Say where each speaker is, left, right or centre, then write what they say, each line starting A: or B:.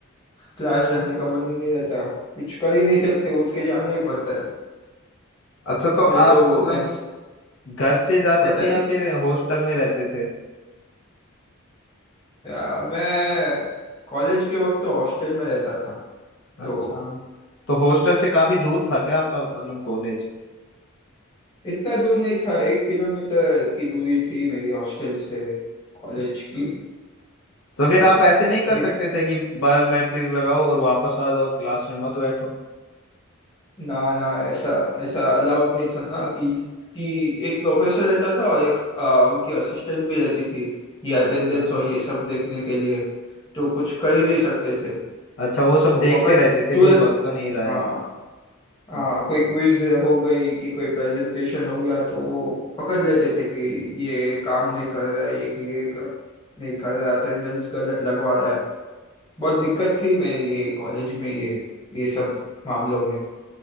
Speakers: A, on the left; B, on the left.
A: क्लास जाने का मन ही नहीं रहता कुछ कर ही नहीं सकते उठ के जाना ही पड़ता है
B: अच्छा तो
A: नहीं
B: आप
A: तो वो
B: मतलब
A: एग्ज
B: घर से जाते
A: बताइए
B: थे या फिर हॉस्टल में रहते थे
A: आ, मैं कॉलेज के वक्त तो हॉस्टल में रहता था तो
B: अच्छा तो हॉस्टल से काफी दूर था क्या आपका मतलब कॉलेज
A: इतना दूर नहीं था एक किलोमीटर की दूरी थी मेरी हॉस्टल से कॉलेज
B: अच्छा
A: की
B: तो फिर
A: तो
B: आप ऐसे नहीं कर
A: दिक,
B: सकते थे कि बायोमेट्रिक लगाओ और वापस आ जाओ क्लास में मत बैठो
A: ना ना ऐसा ऐसा अलाउड नहीं था ना कि कि एक प्रोफेसर रहता था और एक आ, उनकी असिस्टेंट भी रहती थी ये अटेंडेंस
B: अच्छा
A: और ये सब देखने के लिए तो कुछ कर ही नहीं सकते थे
B: अच्छा वो सब
A: तो
B: देखते
A: पकड़
B: रहते थे
A: तुरंत
B: कोई भाग तो नहीं रहा
A: हाँ
B: है अच्छा
A: हाँ कोई क्विज हो गई कि कोई प्रेजेंटेशन हो गया तो वो पकड़ लेते थे कि ये काम नहीं कर रहा है ये ये काम नहीं कर रहा अटेंडेंस गलत लगवा रहा है बहुत दिक्कत थी मेरी ये कॉलेज में ये ये सब मामलों में